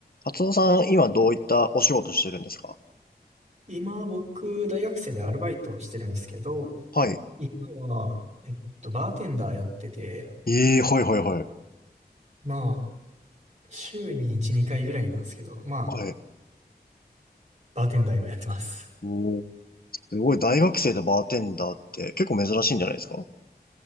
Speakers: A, on the left; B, on the right.
A: 松尾さん、今どういったお仕事してるんですか
B: 今僕、大学生でアルバイトをしてるんですけど、
A: はい。
B: 今は、えっと、バーテンダーやってて、
A: ええ、はいはいはい。
B: まあ、週に1、2回ぐらいなんですけど、まあ、
A: はい。
B: バーテンダー今やってます。
A: おー、すごい、大学生でバーテンダーって結構珍しいんじゃないですか